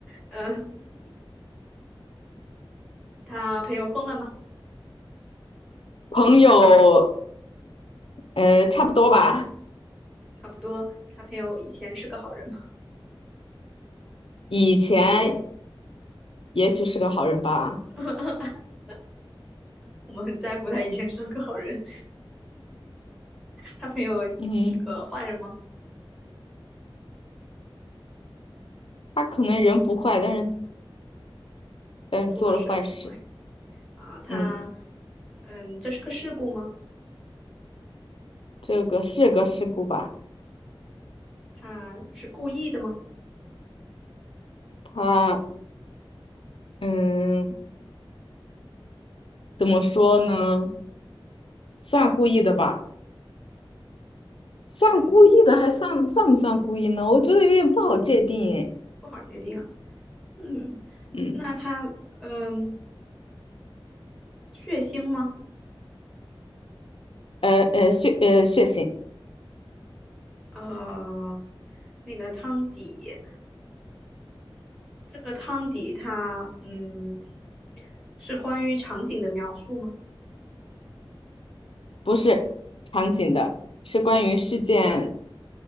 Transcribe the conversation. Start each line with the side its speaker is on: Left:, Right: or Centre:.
Centre: 嗯、他朋友疯了吗？
Left: 朋友，呃，差不多吧，
Centre: 差不多，他朋友以前是个好人吗？
Left: 以前也许是个好人吧，
Centre: <laughs> 我们很在乎他以前是个好人。他朋友是个坏人吗？
Left: 嗯，他可能人不坏，但是但是做了坏事，
Centre: 做的事儿挺坏啊、他
Left: 嗯，
Centre: 嗯，这是个事故吗？
Left: 这个是个事故吧，
Centre: 他是故意的吗？
Left: 他嗯，怎么说呢，算故意的吧。算故意的，
Centre: 嗯，
Left: 还算算不算故意呢？我觉得有点不好界定诶。
Centre: 不好界定啊。嗯，
Left: 嗯，
Centre: 那他嗯，血腥吗？
Left: 呃呃血呃血型
Centre: 呃，那个汤底。这个汤底它，嗯，是关于场景的描述吗？
Left: 不是场景的，是关于事件